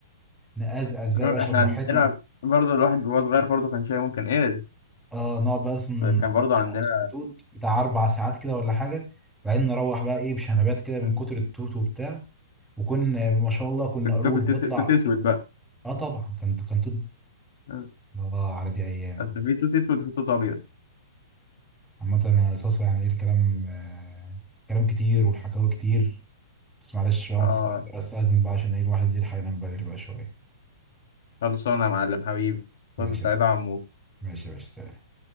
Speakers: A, in the centre; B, on the left.
A: نقزقز بقى
B: احنا
A: يا باشا براحتنا
B: عندنا برضه الواحد وهو صغير برضه كان شاي ممكن ايه
A: اه نقعد بقى اصلا
B: كان برضه
A: نقزقز
B: عندنا
A: في التوت بتاع اربع ساعات كده ولا حاجه بعدين نروح بقى ايه بشنبات كده من
B: مم.
A: كتر التوت وبتاع وكنا ما شاء الله كنا
B: كنت
A: قرود
B: بتاكل توت
A: نطلع
B: توت اسود بقى
A: اه طبعا كان كان توت
B: مم.
A: اه على دي ايام
B: اصل في توت اسود وفي توت ابيض
A: عامه يا صاصه يعني ايه الكلام آه كلام كتير والحكاوي كتير بس معلش بقى
B: اه
A: مضطر استاذن بقى عشان ايه الواحد يلحق ينام بدري بقى شويه
B: خلصانه يا معلم حبيبي فرصه
A: ماشي
B: سعيده
A: يا صاصة
B: يا عمو
A: ماشي يا باشا سلام.